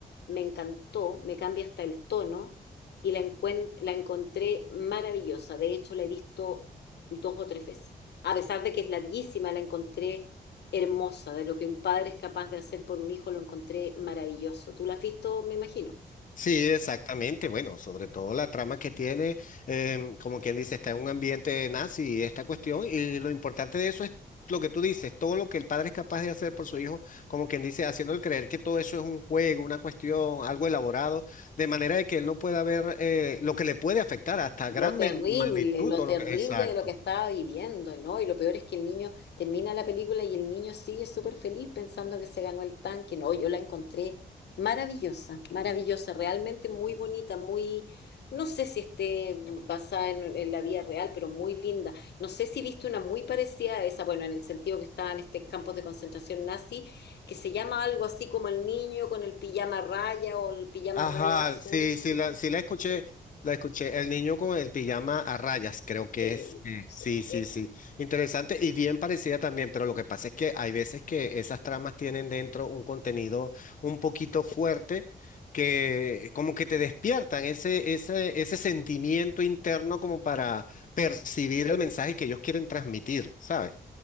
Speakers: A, on the left; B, on the left.
A: Me encantó, me cambia hasta el tono y la, encuen- la encontré maravillosa. De hecho, la he visto dos o tres veces. A pesar de que es larguísima, la encontré hermosa. De lo que un padre es capaz de hacer por un hijo, lo encontré maravilloso. Tú la has visto, me imagino.
B: Sí, exactamente. Bueno, sobre todo la trama que tiene, em, como quien dice, está en un ambiente nazi esta cuestión y lo importante de eso es lo que tú dices, todo lo que el padre es capaz de hacer por su hijo, como quien dice, haciéndole creer que todo eso es un juego, una cuestión, algo elaborado, de manera de que él no pueda ver eh, lo que le puede afectar hasta gran
A: Lo terrible,
B: men- magnitud,
A: lo
B: todo
A: terrible
B: lo que... Exacto.
A: de lo que estaba viviendo, ¿no? Y lo peor es que el niño termina la película y el niño sigue súper feliz pensando que se ganó el tanque. No, yo la encontré maravillosa, maravillosa, realmente muy bonita, muy, no sé si esté basada en, en la vida real, pero muy linda. No sé si viste una muy parecida a esa, bueno, en el sentido que estaba en este campos de concentración nazi, que se llama algo así como el niño con el pijama raya o el pijama
B: Ajá,
A: raya azul.
B: sí, sí la, sí la escuché, la escuché. El niño con el pijama a rayas, creo que
A: Sí,
B: es. Mm.
A: sí,
B: Sí, sí,
A: es-
B: sí. Interesante y bien parecida también, pero lo que pasa es que hay veces que esas tramas tienen dentro un contenido un poquito fuerte que como que te despiertan ese, ese, ese sentimiento interno como para percibir el mensaje que ellos quieren transmitir, ¿sabes?